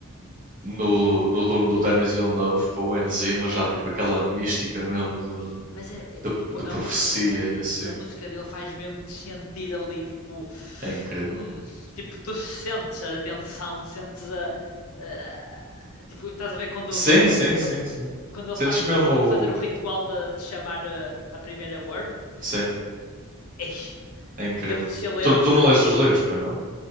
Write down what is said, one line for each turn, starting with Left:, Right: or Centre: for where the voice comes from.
Right: no, no dono do Denis Villeneuve com o Enzima, já tipo aquela mística mesmo
Left: E- Mas era, é,
Right: de, de,
Left: tipo,
Right: de profecia
Left: a música do gajo,
Right: e assim,
Left: a música dele faz mesmo te sentir ali, tipo,
Right: é incrível.
Left: hum, tipo, tu sentes a tensão, sentes a, a- tipo, estás a ver quando,
Right: Sim,
Left: quando
Right: sim, sim,
Left: ele,
Right: sim.
Left: quando ele
Right: Sentes
Left: está, tipo,
Right: mesmo.
Left: a fazer o ritual de, de chamar a, a primeira worm?
Right: Sim,
Left: Ei,
Right: é incrível.
Left: fica tudo silêncio.
Right: Tu, tu não leste os livros, foi não?